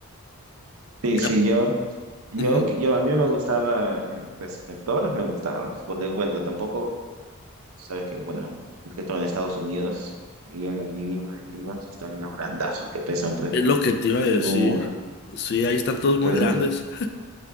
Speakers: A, on the right; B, on the left.
A: Sí, sí,
B: Ah,
A: yo, yo,
B: ujú,
A: yo a mí me gustaba el receptor, me gustaba, porque bueno, tampoco Sabes que, bueno, es que todo en Estados Unidos, ahí en las líneas, en las líneas están unos grandazos que pesan, pues.
B: Es lo que te iba a decir.
A: Uh,
B: Sí, ahí están todos
A: entonces,
B: muy grandes.